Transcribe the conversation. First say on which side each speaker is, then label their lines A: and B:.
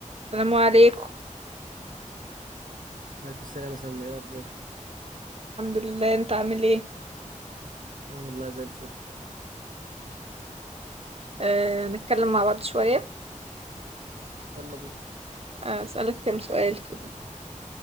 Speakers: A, on the right (about 50°); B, on the right (about 80°).
A: السلام عليكم
B: عليكم السلام يا سلمى ايه الاخبار
A: الحمد لله انت عامل ايه
B: اه والله زي الفل
A: آه، نتكلم مع بعض شوية
B: يلا بينا
A: آه، اسألك كام سؤال كده